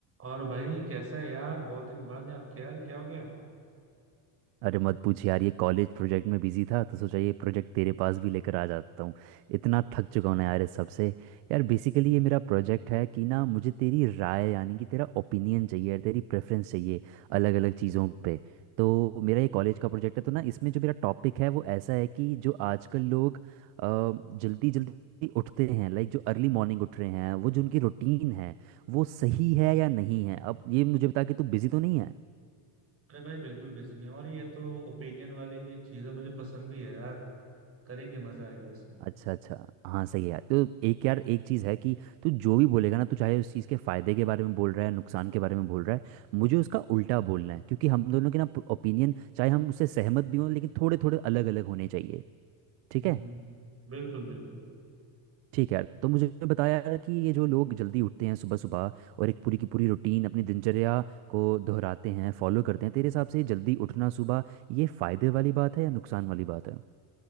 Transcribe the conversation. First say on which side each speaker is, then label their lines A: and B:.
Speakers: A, on the right; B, on the right.
A: और भाई कैसा है यार बहुत दिन बाद याद किया यार क्या हो गया
B: अरे मत पूछ यार ये कॉलेज प्रोजेक्ट में बिजी था तो सोचा ये प्रोजेक्ट तेरे पास भी लेकर आ जाता हूँ इतना थक चुका हूँ ना यार इस सबसे यार बेसिकली ये मेरा प्रोजेक्ट है कि ना मुझे तेरी राय यानी कि तेरा ओपिनियन चाहिए यार तेरी प्रेफरेंस चाहिए अलग अलग चीज़ों पे तो मेरा ये कॉलेज का प्रोजेक्ट है तो ना इसमें जो मेरा टॉपिक है वो ऐसा है कि जो आजकल लोग अ, जल्दी जल्दी उठते हैं लाइक जो अर्ली मॉर्निंग उठ रहे हैं वो जो उनकी रूटीन है वो सही है या नहीं है अब ये मुझे बता कि तू बिजी तो नहीं है
A: अरे भाई बिल्कुल बिजी नहीं हो। और ये तो ओपिनियन वाली चीजें मुझे पसंद भी है यार करेंगे मजा आएगा इसमें
B: अच्छा अच्छा हाँ सही है यार तो एक यार एक चीज़ है कि तू जो भी बोलेगा ना तू चाहे उस चीज़ के फायदे के बारे में बोल रहा है नुकसान के बारे में बोल रहा है मुझे उसका उल्टा बोलना है क्योंकि हम दोनों के ना ओपिनियन चाहे हम उससे सहमत भी हों लेकिन थोड़े थोड़े अलग अलग होने चाहिए ठीक
A: हम्म
B: है
A: हम्म बिल्कुल बिल्कुल
B: ठीक है यार तो मुझे बताया यार कि ये जो लोग जल्दी उठते हैं सुबह सुबह और एक पूरी की पूरी रूटीन अपनी दिनचर्या को दोहराते हैं फॉलो करते हैं तेरे हिसाब से जल्दी उठना सुबह ये फायदे वाली बात है या नुकसान वाली बात है